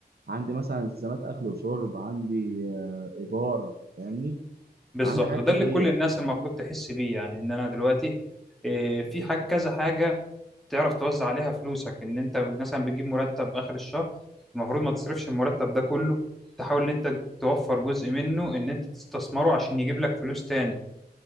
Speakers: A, on the right; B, in the centre.
A: عندي مثلا التزامات اكل وشرب عندي آه، ايجار فاهمني
B: بالظبط
A: عندي حاجات
B: وده
A: كتير
B: اللي كل الناس المفروض تحس بيه يعني ان انا دلوقتي إيه، في حاجة كذا حاجة تعرف توزع عليها فلوسك ان انت مثلا بتجيب مرتب اخر الشهر المفروض ما تصرفش المرتب ده كله تحاول ان انت توفر جزء منه ان انت تستثمره عشان يجيب لك فلوس تاني